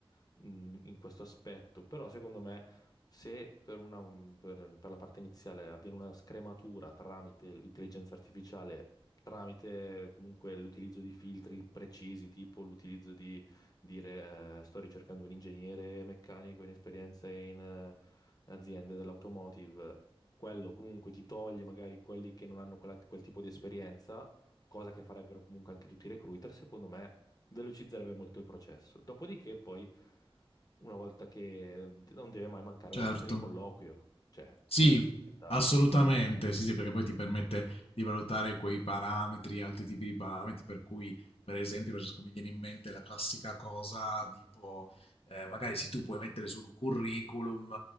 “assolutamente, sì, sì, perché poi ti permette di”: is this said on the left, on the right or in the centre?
Left